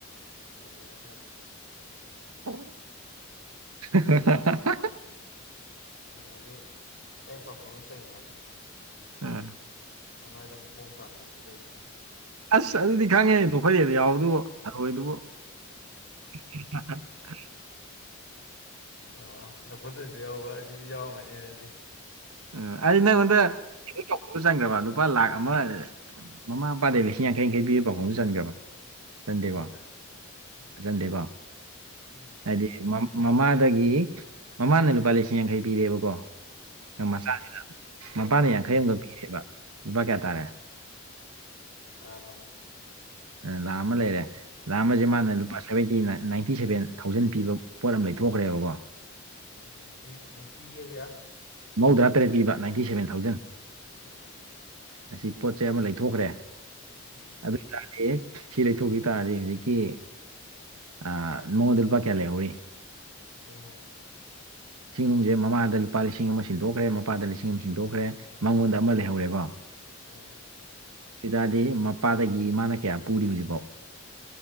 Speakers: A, on the left; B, on the right.
A: ꯂꯨꯍꯣꯡ ꯉꯥꯀꯟꯗ
B: <unintelligible>
A: ꯑꯗꯒꯤ ꯑꯩ ꯄꯥꯎꯈꯣꯝ ꯑꯃꯥ ꯆꯟꯒꯦ ꯍꯥꯢꯗꯣ
B: ꯑꯥ
A: ꯃꯃꯥꯏꯗ ꯃꯈꯣꯡ ꯄꯥꯟꯕꯁꯤ ꯀꯩꯅꯣ ꯑꯗꯨꯗꯤ
B: ꯑꯁ ꯑꯗꯨꯗꯤ ꯈꯪꯉꯦ ꯅꯣꯛꯐꯗꯦꯗꯑ ꯌꯥꯎꯕꯗꯨꯕꯨ ꯊꯥꯔꯣꯏꯗꯨꯕꯨ <inaudible>
A: ꯑꯥ ꯅꯣꯛꯐꯗꯦꯗꯥ ꯌꯥꯎꯕ ꯑꯁꯤꯁꯨ ꯌꯥꯎꯔꯝꯃꯅꯤ ꯑꯗꯨꯗꯤ
B: ꯎꯝ ꯑꯩ ꯅꯪꯉꯣꯟꯗ ꯄꯥꯎꯈꯣꯝ ꯆꯟꯒꯔꯕ ꯂꯨꯄꯥ ꯂꯥꯛ ꯑꯃ ꯃꯃꯥ ꯃꯄꯥꯗꯩ ꯂꯤꯁꯤꯡ ꯌꯥꯡꯈꯩ ꯌꯥꯡꯈꯩ ꯄꯤꯕ ꯄꯥꯎꯈꯣꯝ ꯆꯟꯈ꯭ꯔꯕ ꯆꯟꯗꯦꯀꯣ
A: ꯑꯩꯉꯣꯟꯗ ꯑꯗꯨꯗꯤ
B: ꯆꯟꯗꯦꯀꯣ
A: ꯎꯝ
B: ꯍꯥꯏꯗꯤ ꯃꯃꯥꯗꯒꯤ ꯃꯃꯥꯅ ꯂꯨꯄꯥ ꯂꯤꯁꯤꯡ ꯌꯥꯡꯈꯩ ꯄꯤꯔꯦꯕꯀꯣ
A: ꯎꯝ
B: ꯃꯆꯥꯁꯤꯗ ꯃꯄꯥꯅ ꯌꯥꯡꯈꯩ
A: ꯎꯝ
B: ꯑꯃꯒ ꯄꯤꯔꯦꯕ ꯂꯨꯄꯥ ꯀꯌꯥ ꯇꯥꯔꯦ
A: ꯆꯝꯃꯥ
B: ꯂꯥꯛ ꯑꯃ ꯂꯩꯔꯦ ꯂꯥꯛ ꯑꯃꯁꯦ ꯃꯥꯅ ꯂꯨꯄꯥ ꯁꯕꯦꯟꯇꯤ ꯅꯥꯏꯟꯇꯤ ꯁꯕꯦꯟ ꯊꯥꯎꯖꯟ ꯄꯤꯕ ꯄꯣꯠ ꯑꯃ ꯂꯩꯊꯣꯛꯈ꯭ꯔꯦꯕꯀꯣ
A: ꯅꯥꯏꯟꯇꯤ ꯅꯥꯏꯟꯇꯤꯒ ꯀꯌꯥ
B: ꯃꯧꯗ꯭ꯔꯥ ꯇꯔꯦꯠ ꯄꯤꯕ ꯅꯥꯏꯇꯤ ꯁꯕꯦꯟ ꯊꯥꯎꯖꯟ
A: ꯎꯝ
B: ꯑꯁꯤ ꯄꯣꯠ ꯆꯩ ꯑꯃ ꯂꯩꯊꯣꯛꯈ꯭ꯔꯦ
A: ꯎꯝ
B: ꯑꯗꯨ ꯑꯣꯏꯇꯥꯔꯗꯤ ꯁꯤ ꯂꯩꯊꯣꯛꯈꯤ ꯇꯥꯔꯗꯤ ꯍꯧꯖꯤꯛꯀꯤ ꯑ ꯃꯗ ꯂꯨꯄꯥ ꯀꯌꯥ ꯂꯩꯍꯧꯔꯤ
A: ꯂꯤꯁꯤꯡ ꯑꯍꯨꯝ
B: ꯂꯤꯁꯤꯡ ꯂꯨꯄꯥ ꯂꯤꯁꯤꯡ ꯑꯃ ꯁꯤꯟꯗꯣꯛꯈ꯭ꯔꯦ ꯃꯄꯥꯗ ꯂꯤꯁꯤꯡ ꯑꯃ ꯁꯤꯟꯗꯣꯛꯈ꯭ꯔꯦ ꯃꯉꯣꯟꯗ ꯑꯃ ꯂꯩꯍꯧꯔꯦꯕ
A: ꯎꯝ
B: ꯗꯨꯗꯤ ꯃꯄꯥꯗꯒꯤ ꯃꯥꯅ ꯀꯌꯥ ꯄꯨꯔꯤ ꯍꯧꯖꯤꯛꯕꯥꯎ